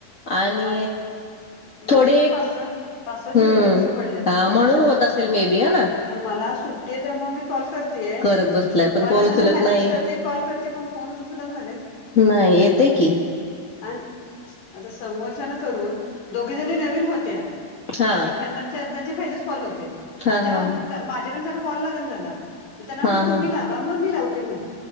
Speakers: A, on the left; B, on the left.
A: आणि
B: मारे माझे
A: थोडे
B: पण पाच सहा पाच सहा झिरो
A: अं
B: झिरोचे पडले
A: म्हणून
B: आता
A: होत असेल मे बी ह ना
B: मला सुट्टी आहे त्यामुळ मी कॉल करतेय.
A: करत बसलाय पण
B: बरेच
A: कोण
B: जणना
A: उचलत
B: मेसेज
A: नाही.
B: करते, कॉल करते, कोण फोनच उचल ना झाले.
A: नाही येते की,
B: आणि आता समोरच्यान करून दोघी जणी नवीन होत्या.
A: हा
B: तर प त्यांचे पहिलेच कॉल होते
A: हा
B: आणि
A: हा हा
B: त्या माझ्याकड त्यांना कॉल लागन झाला मग त्यांना म्हटलं
A: हा हा
B: तुम्ही लावा, मग मी लावते म्हटलं